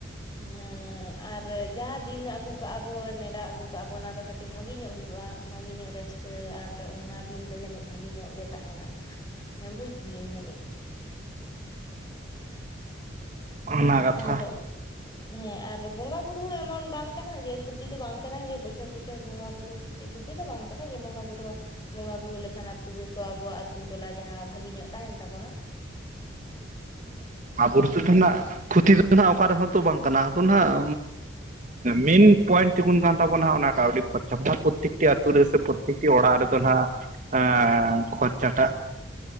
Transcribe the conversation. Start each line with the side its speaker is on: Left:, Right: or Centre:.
Left: ᱦᱮᱸᱻ᱾ ᱟᱨ ᱡᱟᱦᱟᱸ ᱫᱤᱱ ᱟᱹᱜᱩ ᱠᱟᱜᱼᱟ ᱵᱚᱱ ᱱᱮᱰᱟ ᱟᱹᱜᱩ ᱠᱟᱜᱼᱟ ᱵᱚ ᱚᱱᱟ ᱫᱚ ᱠᱟᱹᱴᱤᱡ ᱵᱷᱟᱜᱮ ᱧᱚᱜ ᱦᱩᱭᱩᱜᱼᱟ ᱵᱷᱟᱹᱜᱮ ᱧᱚᱜ ᱨᱟᱹᱥᱠᱟᱹ ᱠᱟᱹ ᱟᱨ ᱚᱱᱟ ᱫᱤᱱ ᱫᱚ ᱡᱟᱹᱱᱤᱡ ᱵᱷᱟᱜᱮ ᱧᱚᱜ ᱜᱮ ᱛᱟᱦᱮᱱᱟ ᱵᱩᱡ ᱜᱤᱭᱟᱹᱧ ᱡᱟᱹᱱᱤᱡ᱾
Right: ᱚᱱᱟ ᱠᱟᱛᱷᱟ
Left: <unintelligible> ᱦᱮᱸ ᱟᱨ ᱵᱚᱸᱜᱟ ᱵᱩᱨᱩ ᱦᱚᱸ ᱮᱢᱚᱱ ᱵᱟᱝ ᱠᱟᱱᱟ ᱡᱮ ᱠᱷᱚᱛᱤ ᱫᱚ ᱵᱟᱝ ᱠᱟᱱᱟ ᱡᱮ ᱵᱚᱪᱷᱚᱨ ᱵᱚᱪᱷᱚᱨ ᱵᱚᱸᱜᱟ ᱵᱩᱨᱩ ᱠᱷᱚ ᱠᱷᱩᱛᱤ ᱠᱷᱩᱛᱤ ᱫᱚ ᱵᱟᱝ ᱠᱟᱱᱟ ᱡᱮ ᱵᱚᱸᱜᱟ ᱵᱩᱨᱩ ᱣᱟᱜ ᱵᱚᱸᱜᱟ ᱵᱩᱨᱩ ᱞᱮᱠᱷᱟᱱ ᱟᱛᱩ ᱫᱚᱠᱚ ᱟᱵᱚᱣᱟᱜ ᱟᱛᱩ ᱴᱚᱞᱟ ᱡᱟᱦᱟᱸ ᱵᱷᱟᱜᱮ ᱧᱚᱜ ᱛᱟᱦᱮᱱ ᱛᱟᱵᱚᱱᱟ᱾
Right: ᱟᱵᱩᱨ ᱛᱮᱫᱚ ᱱᱟᱜ ᱠᱷᱚᱛᱤ ᱫᱚ ᱱᱟᱜ ᱚᱠᱟ ᱨᱮᱦᱚᱸ ᱛᱚ ᱵᱟᱝ ᱠᱟᱱᱟ ᱟᱫᱚ ᱱᱟᱜ ᱢᱮᱱ ᱯᱚᱭᱮᱱᱴ ᱛᱤᱜᱩᱱ ᱠᱟᱱ ᱛᱟᱵᱚᱱᱟ ᱦᱟ ᱚᱱᱟ ᱠᱟᱹᱣᱰᱤ ᱠᱷᱚᱨᱪᱟ ᱯᱨᱚᱛᱮᱠᱴᱤ ᱟᱛᱳ ᱨᱮ ᱥᱮ ᱯᱨᱚᱛᱮᱠ ᱚᱲᱟᱜ ᱨᱮᱫᱚ ᱱᱟᱜ ᱮ ᱠᱷᱚᱨᱪᱟ ᱴᱟᱜ